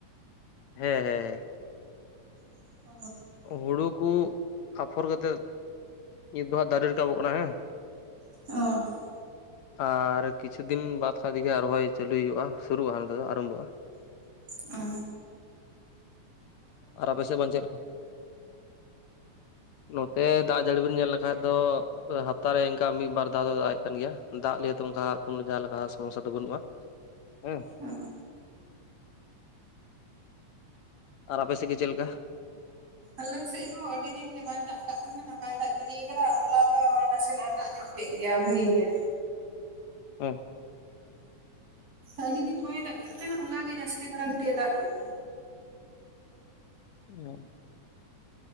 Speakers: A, on the left; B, on the right.
A: ᱦᱮᱸ ᱦᱮᱸ
B: <unintelligible>
A: ᱦᱩᱲᱩ ᱠᱚ ᱟᱯᱷᱚᱨ ᱠᱟᱛᱮᱫ ᱱᱤᱛ ᱫᱚ ᱦᱟᱸᱜ ᱫᱟᱨᱮ ᱨᱟᱠᱟᱵᱚᱜ ᱠᱟᱱᱟ ᱦᱮᱸ᱾
B: ᱚ
A: ᱟᱨ ᱠᱤᱪᱷᱩ ᱫᱤᱱ ᱵᱟᱫ ᱠᱷᱟᱱᱜᱮ ᱨᱚᱦᱚᱭ ᱪᱟᱹᱞᱩᱭ ᱦᱩᱭᱩᱜᱼᱟ ᱥᱩᱨᱩᱜᱼᱟ ᱦᱟᱸᱜ ᱱᱚᱸᱛᱮ ᱫᱚ ᱟᱨᱟᱢᱵᱷᱚᱜᱼᱟ᱾
B: ᱚᱻ
A: ᱟᱨ ᱟᱯᱮ ᱥᱮᱫ ᱵᱟᱝ ᱪᱮᱫ ᱞᱮᱠᱟ? <inaudible> ᱱᱚᱛᱮ ᱫᱟᱜ ᱡᱟᱹᱲᱤ ᱵᱤᱱ ᱧᱮᱞ ᱞᱮᱠᱷᱟᱡ ᱫᱚ <unintelligible> ᱦᱟᱯᱛᱟᱨᱮ ᱚᱱᱠᱟ ᱢᱤᱫ ᱵᱟᱨ ᱫᱷᱟᱣ ᱫᱚ ᱫᱟᱜ ᱮ ᱠᱟᱱ ᱜᱮᱭᱟ, ᱫᱟᱜ ᱞᱤᱭᱛᱮ ᱚᱱᱠᱟ ᱠᱳᱱᱳ ᱡᱟᱦᱟᱸ ᱞᱮᱠᱟ ᱥᱚᱢᱚᱥᱥᱟ ᱫᱚ ᱵᱟᱹᱱᱩᱜᱼᱟ᱾ ᱦᱮᱸ
B: ᱚᱻ
A: ᱟᱨ ᱟᱯᱮ ᱥᱮᱫ ᱜᱮ ᱪᱮᱫ ᱞᱮᱠᱟ?
B: ᱟᱞᱮ ᱥᱮᱫ ᱦᱚᱸ ᱟᱹᱰᱤ ᱫᱤᱱ ᱜᱮ ᱵᱟᱭ ᱫᱟᱜ ᱟᱠᱟᱜ ᱛᱟᱦᱮᱱᱟ ᱵᱟᱭ ᱫᱟᱜ ᱡᱟᱲᱤᱭᱟ ᱟᱠᱟᱫᱟ ᱦᱚᱞᱟ ᱫᱚ ᱱᱟᱥᱮ ᱱᱟᱜ ᱮ ᱫᱟᱜ ᱧᱚᱜ ᱠᱮᱜ ᱜᱮᱭᱟ ᱵᱷᱟᱜᱤ ᱜᱮ᱾
A: ᱦᱮᱸ
B: ᱟᱹᱰᱤ ᱫᱤᱱ ᱵᱟᱭ ᱫᱟᱜ ᱠᱟᱜ ᱛᱟᱦᱮᱸᱱᱟ ᱦᱚᱞᱟ ᱜᱮ ᱡᱟᱹᱥᱛᱤ ᱫᱷᱟᱨᱟ ᱠᱟᱴᱤᱡ ᱮ ᱫᱟᱜ ᱠᱮᱫᱟ᱾
A: <unintelligible>